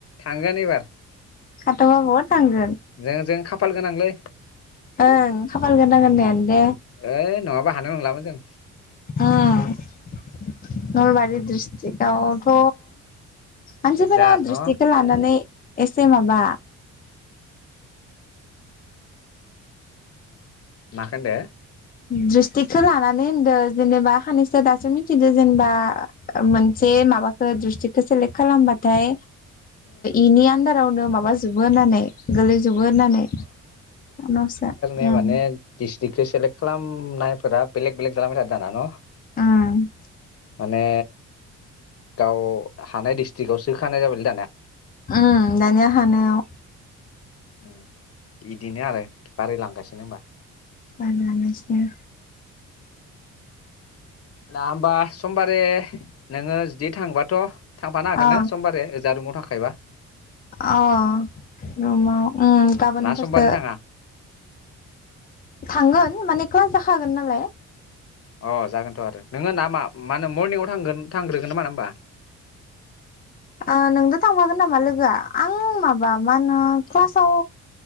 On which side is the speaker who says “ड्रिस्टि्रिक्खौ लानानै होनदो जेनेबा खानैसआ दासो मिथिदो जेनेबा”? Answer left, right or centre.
Left